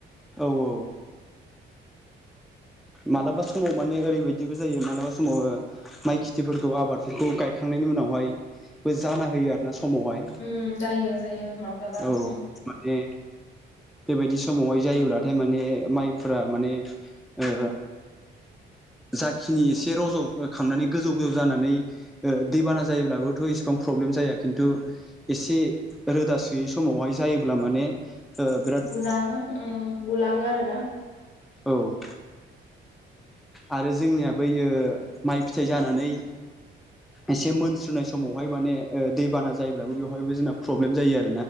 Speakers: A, in the centre; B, on the left (about 70°).
A: औ औ। मालाबा समाव माने ओरैबायदिबो जायो मालाबा समाव माइ खिथिफोरखौ आबादफोरखौ गाय खांनायनि उनावहायबो जाना होयो आरो ना। समावहाय
B: उम जायो जायो माब्लाबा
A: औ
B: उम
A: माने बेबायदि समावहाय जायोब्लाथाय माने माइफोरा माने ओ जाखिनि एसे रज' खांनानै गोजौ गोजौ जानानै दैबाना जायोब्लाबोथ' एसेबां प्रब्लेम जाया खिन्थु एसे रोदा सोयै समावहाय जायोब्ला माने ओ बिराद
B: गुलाङो ओ गुलाङो आरो ना
A: औ आरो जोंनिया बोयो माइ फिथाइ जानानै एसे मोनस्रनाय समावहाय माने ओ दैबाना जायोब्लाबो बेवहायबो जोंना प्रब्लेम जायो आरो।